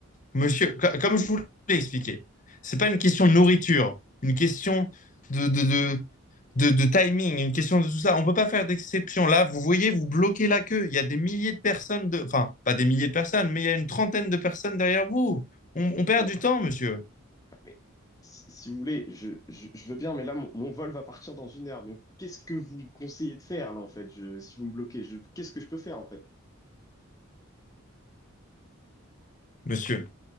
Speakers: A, on the left (about 35°); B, on the left (about 15°).
A: Monsieur, comme je vous l'ai expliqué, c'est pas une question de nourriture, une question de, de, de, de, de timing, une question de tout ça. On ne peut pas faire d'exception. Là, vous voyez, vous bloquez la queue. Il y a des milliers de personnes, de... enfin, pas des milliers de personnes, mais il y a une trentaine de personnes derrière vous. On, on perd
B: D'accord.
A: du temps, monsieur.
B: Mais si, si vous voulez, je, je, je veux bien, mais là, mon, mon vol va partir dans une heure. Donc, qu'est-ce que vous me conseillez de faire, là, en fait, je, si vous me bloquez, je, qu'est-ce que je peux faire, en fait?
A: Monsieur.